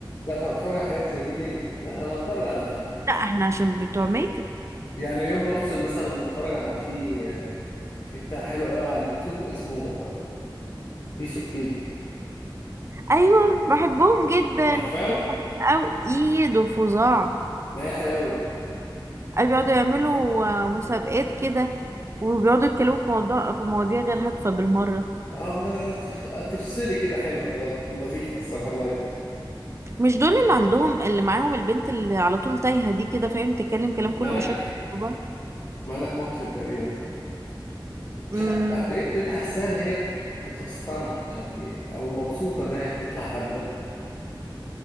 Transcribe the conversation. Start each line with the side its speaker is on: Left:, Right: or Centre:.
Left: لا طب اتفرج على حاجات زي دي ليه؟ لا انا اتفرج على
Right: لا احنا عشان بتوع ميك اب
Left: يعني يوم ما افصل مثلا اما اتفرج على في آه، في بتاع حلو قوي على اليوتيوب اسمه بيس اوف كيك
Right: ايوه بحبهم جدا
Left: عارفاه؟
Right: أو إيه دول فظاع
Left: لا حلو
Right: أي بيقعدوا يعملوا آه، مسابقات كده وبيقعدوا يتكلموا في موضوع في مواضيع غير هادفة بالمرة
Left: قوي اه تفصلي كده حلوه لا لطيفه الصراحه لايت
Right: مش دول اللي عندهم اللي معاهم البنت اللي على طول تايهة دي كده فاهم تتكلم كلام كله
Left: مالك
Right: مش راكب في بعض
Left: مالك محسن تقريبا مش
Right: امم
Left: عارف بق- بقيت بقيت احسها ان هي بتصطنع مش عارف ليه او مبسوطه ان هي تطلع هبله